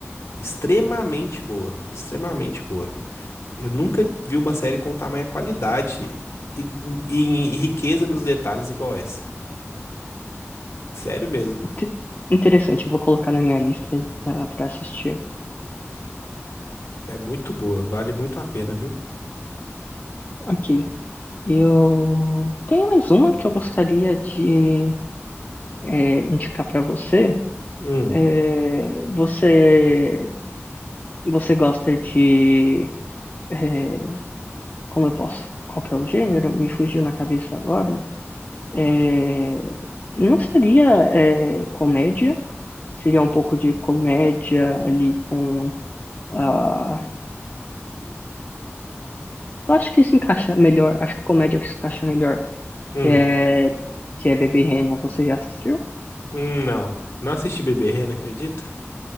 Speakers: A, on the left; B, on the left.
A: extremamente boa, extremamente boa. Eu nunca vi uma série com tamanha qualidade e, e e riqueza nos detalhes igual essa. Sério mesmo.
B: Inte- Interessante, eu vou colocar na minha lista, para assistir.
A: É muito boa, vale muito a pena, viu?
B: Ok. Eu tenho mais uma que eu gostaria de é, indicar para você.
A: Hum,
B: É, você você gosta de é, como eu posso? Qual que é o gênero? Me fugiu na cabeça agora. É, não seria é, comédia? Seria um pouco de comédia ali com a. eu acho que se encaixa melhor. Acho que comédia que se encaixa melhor.
A: hum,
B: Que é que é Bebê Rena. Você já assistiu?
A: hum, não. Não assisti Beberrena, acredita?